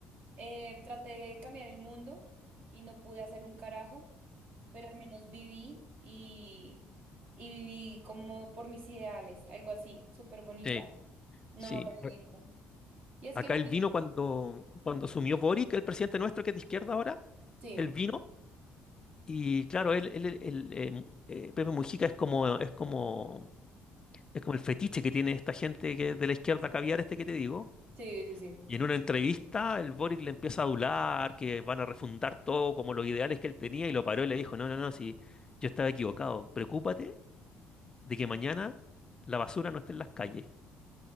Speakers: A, on the right; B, on the left.
A: eh, traté de cambiar el mundo y no pude hacer un carajo, pero al menos viví y, y viví como por mis ideales, algo así, súper bonita.
B: Sí,
A: No,
B: Sí,
A: re
B: Re-
A: lindo. Y es
B: acá
A: que no
B: él
A: sé.
B: vino cuando, cuando asumió Boric, el presidente nuestro que es de izquierda ahora,
A: Sí,
B: él vino y claro, él, él- él- él, eh, eh, Pepe Mujica es como, es como, es como el fetiche que tiene esta gente que, de la izquierda caviar este que te digo
A: sí, sí, sí.
B: Y en una entrevista el Boric le empieza a adular, que van a refundar todo como los ideales que él tenía y lo paró y le dijo, no, no, no, sí, yo estaba equivocado. Preocúpate de
A: Sí.
B: que mañana la basura no esté en las calles.